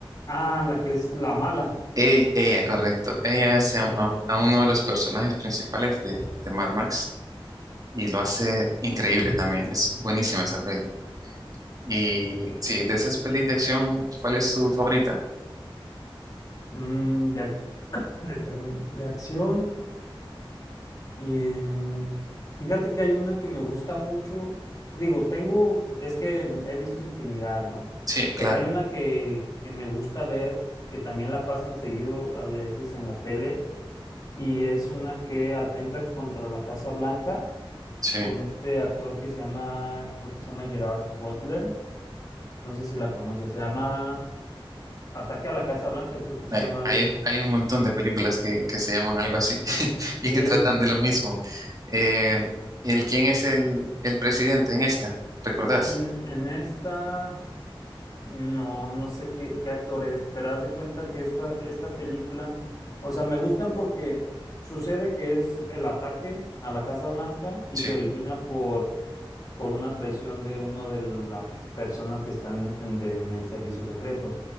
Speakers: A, on the left; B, on the right.
A: Ah, la que es la mala.
B: E- Ella, correcto. Ella hace
A: Ah,
B: a, a-
A: ya, ya, ya.
B: a uno de los personajes principales de, de Mad Max y lo hace increíble también. Es buenísima esa peli. Y sí, de esas pelis de acción, ¿cuál es tu favorita?
A: Mm, de, ac- eh, perdón, de acción. Y, mm, fíjate que hay una que me gusta mucho. Digo, tengo, es que he visto infinidad, ¿no?
B: Sí, claro.
A: Pero hay una que, que me gusta ver, que también la pasan seguido a veces en la tele, y es una que atentan contra la Casa Blanca.
B: Sí.
A: con este actor que se llama, creo que se llama Gerard Butler, no sé si la conoces, se llama Ataque a la Casa Blanca, creo que se
B: Hay,
A: llama algo
B: hay-
A: así.
B: hay un montón de películas que, que se llaman algo así <laughs> y
A: Sí,
B: que tratan de lo mismo. Eh, ¿el quién es el, el presidente en esta? ¿Recordás?
A: en, en esta, no, no sé qué, qué actor es, pero haz de cuenta que esta, esta película, o sea, me gustan porque sucede que es el ataque a la Casa Blanca y
B: Sí.
A: se origina por por una traición de una de las personas que están en, de- en el servicio secreto.